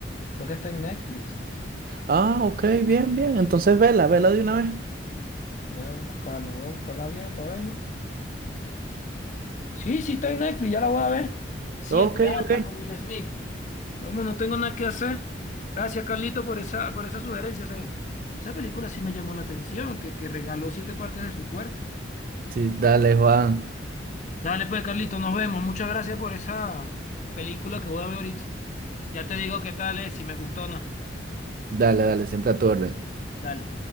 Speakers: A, on the left; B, on the right.
A: Creo que está en Netflix.
B: Ah, ok, bien, bien, entonces vela, vela de una vez.
A: Voy a buscarla, voy a buscarla bien para verla. Sí, sí está en Netflix, ya la voy a ver. Siete
B: Ok,
A: almas
B: ok.
A: con Will Smith. Vamos, no tengo nada que hacer. Gracias, Carlito, por esa, por esa sugerencia. O sea, esa película sí me llamó la atención, que, que regaló siete partes de su cuerpo.
B: Sí, dale, Juan,
A: Dale, pues, Carlito, nos vemos. Muchas gracias por esa película que voy a ver ahorita. Ya te digo qué tal es, si me gustó o no.
B: dale, dale, siempre a tu orden.
A: Dale.